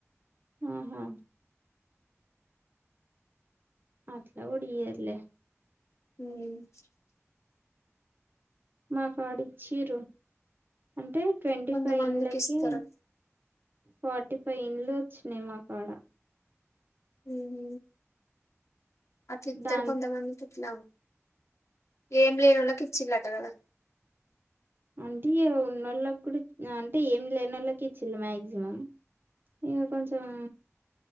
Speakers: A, on the right (about 45°); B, on the left (about 70°).
A: ఆహా అట్ల గుడియ్యారు లే
B: మ్
A: మాకడిచిర్రు అంటే ట్వంటీ
B: కొంతమందికి
A: ఫైవ్ ఇంన్లకి
B: ఇస్తారు
A: ఫార్టీ ఫైవ్ ఇండ్లోచ్చినయ్ మా కాడ
B: మ్ హు అట్లిత్తరు
A: దాన్
B: కొంత మందికి ట్ల ఎం లేనోల్లకిచ్చిరంట కదా
A: అంటే ఇగ ఉన్నోళ్ళకుడా ఇ అంటే ఏం లేనోళ్ళకిచ్చిళ్ళు మాక్సిమం ఇగ కొంచం